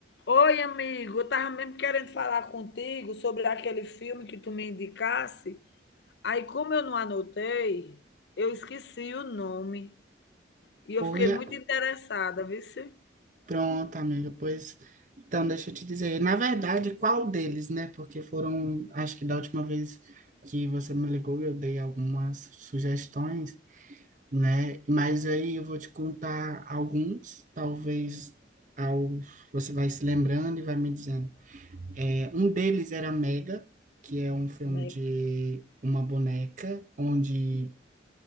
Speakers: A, on the left (about 65°); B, on the right (about 40°).
A: Oi, amigo, eu tava mesmo querendo falar contigo sobre aquele filme que tu me indicasse. Aí, como eu não anotei, eu esqueci o nome e eu
B: Olha,
A: fiquei muito interessada, viu? se?
B: pronto, amiga, pois então deixa eu te dizer, na verdade, qual deles, né? Porque foram, acho que da última vez que você me ligou, eu dei algumas sugestões, né? Mas aí eu vou te contar alguns, talvez ao, você vai se lembrando e vai me dizendo. É, um deles era Mega, que é um filme
A: Meg-
B: de uma boneca, onde